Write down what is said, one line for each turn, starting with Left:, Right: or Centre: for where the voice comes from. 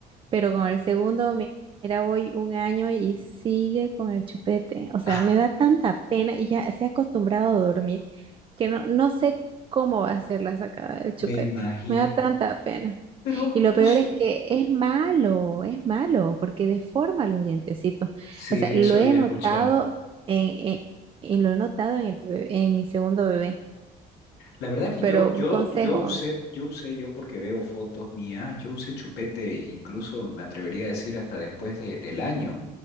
Right: pero con el segundo, mi- mira, voy un año y sigue con el chupete, o sea,
Left: ah,
Right: me da tanta pena y ya se ha acostumbrado a dormir que no, no sé cómo va a ser la sacada del chupete,
Left: me imagino.
Right: me da tanta pena.
Left: Pero
Right: Y lo peor
Left: no sé.
Right: es que es malo, es malo, porque deforma los dientecitos.
Left: Sí,
Right: O sea, lo
Left: eso había
Right: he notado
Left: escuchado.
Right: en, en- en- lo he notado en, el bebé- en mi segundo bebé.
Left: La verdad que
Right: Pero
Left: yo, yo,
Right: un consejo,
Left: yo usé, yo usé, yo porque veo fotos mías, yo usé chupete, incluso me atrevería a decir hasta después de- del año.